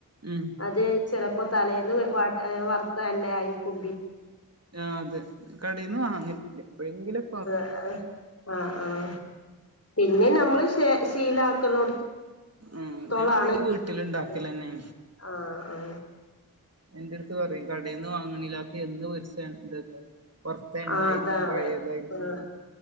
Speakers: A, on the right; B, on the left.
A: ഉം
B: അതെ ചെലപ്പോ തലേന്ന് വറ്ത്ത എണ്ണയായിരിക്കും
A: ആ അതെ കടേന്ന് വാങ്ങലില്ല എപ്പഴെങ്കിലും
B: ആ ആ ആ ആഹ് പിന്നെ നമ്മള് ശീലാക്കുന്നോടത്ത്
A: ആഹ്
B: ത്തോളാണ്
A: ഞാൻ അധികം വീട്ടിലുണ്ടാക്കലന്നെയാണ്
B: ആഹ് ആഹ്
A: എന്റെടുത്ത് പറയും കടേന്ന് വാങ്ങണില്ല അതൊക്കെ എന്ന് പൊരിച്ച എ ഇതെക്കെ പുറത്തെ എണ്ണയായിരിക്കും
B: ആഹ് അതാണ്
A: പഴയതായിരിക്കും
B: ആഹ്